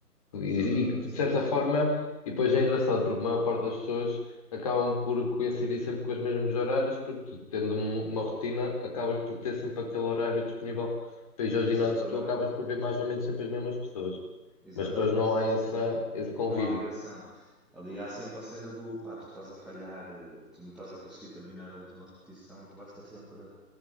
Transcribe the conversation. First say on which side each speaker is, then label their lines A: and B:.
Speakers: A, on the left; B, in the centre.
A: E,
B: Exatamente,
A: e, de
B: sim,
A: certa
B: sim,
A: forma,
B: sim.
A: e depois é engraçado porque a maior parte das pessoas acabam por coincidir sempre com os mesmos horários, porque tu, tendo um- uma rotina, acabas por ter sempre aquele horário disponível para ir ao ginásio,
B: Exatamente,
A: tu acabas por ver mais ou menos sempre as mesmas pessoas,
B: exatamente,
A: mas depois não
B: sim,
A: há essa,
B: sim, sim.
A: esse convívio.
B: Não há ligação. Ali há sempre a cena do pá, tu estás a falhar, eh, tu não estás a conseguir terminar a última repetição e tu vais ter sempre,